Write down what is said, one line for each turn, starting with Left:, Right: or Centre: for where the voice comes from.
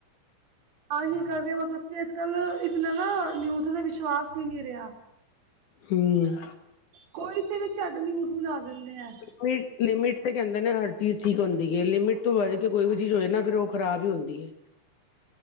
Right: ਆਹੀ ਕਰਕੇ, ਮਤਲਬ ਕਿ ਅੱਜ-ਕੱਲ ਇਤਨਾ ਨਾ, ਨਿਊਜ਼ ਤੇ ਵਿਸ਼ਵਾਸ ਈ ਨੀ ਰਿਹਾ।
Left: ਹੂੰ
Right: ਕੋਈ ਤੇ ਵੀ ਝੱਟ ਨਿਊਜ਼ ਬਨਾ ਦਿੰਦੇ ਐੰ।
Left: ਉਹੀ, ਲਿਮਿਟ ਤੇ ਕੈਂਦੇ ਨੇ ਹਰ ਚੀਜ਼ ਠੀਕ ਹੁੰਦੀ ਏ। ਲਿਮਿਟ ਤੋਂ ਵੱਧ ਕੇ ਕੋਈ ਵੀ ਚੀਜ਼ ਹੋਏ ਨਾ, ਫੇਰ ਉਹ ਖਰਾਬ ਈ ਹੁੰਦੀ ਹੈ।